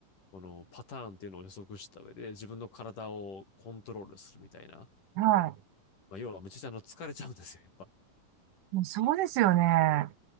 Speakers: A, on the left; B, on the right.
A: このパターンっていうのを予測した上で、自分の体をコントロールするみたいな。
B: はい。
A: まあ、要はめちゃくちゃあの疲れちゃうんですよ、やっぱ。
B: うんそうですよね。